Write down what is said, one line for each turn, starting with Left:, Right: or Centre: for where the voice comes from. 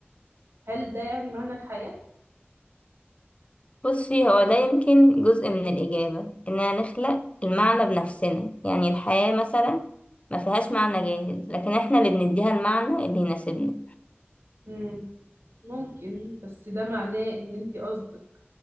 Right: هل ده يعني معنى الحياة؟
Left: بصي هو ده يمكن جزء من الإجابة إننا نخلق المعنى بنفسنا يعني الحياة مثلا ما فيهاش معنى جاهز لكن إحنا اللي بنديها المعنى اللي يناسبنا
Right: مم. ممكن بس ده معناه إن أنت قصدك